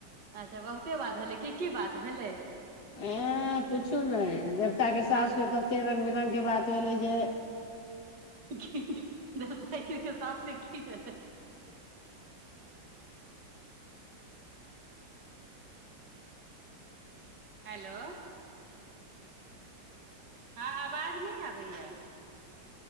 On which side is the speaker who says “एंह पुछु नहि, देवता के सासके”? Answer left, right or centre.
Left